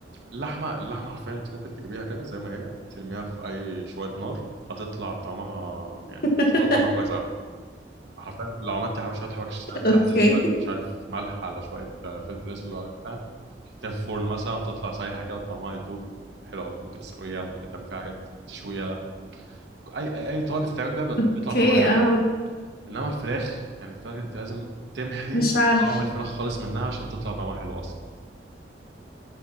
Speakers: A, on the right; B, on the left.
A: اللحمه اللحمه حرفيا انت ممكن تجيبيها كده زي ما هي ترميها في اي شويه نار هتطلع طعمها يعني
B: <laughs>
A: هتطلع طعمها كويس قوي حرفيا لو عملتي حب- شويه حبشتكنات بتاعتي
B: اوكي
A: شويه مش عارف ملح على شويه آه، فلفل اسود على بتاع حطيتها في الفرن مثلا بتطلع سايحه كده وطعمها يدوب وحلو قوي ممكن تسلقيها ممكن تعمل فيها حاجات تشويها اي اي, أي طبق بتتعمل بيها
B: اوكي
A: بيطلع طعمها حلو
B: اه
A: انما الفراخ يعني الفراخ انت لازم تمحي
B: مش عارف
A: طعم الفراخ خالص منها عشان تطلع طعمها حلو اصلا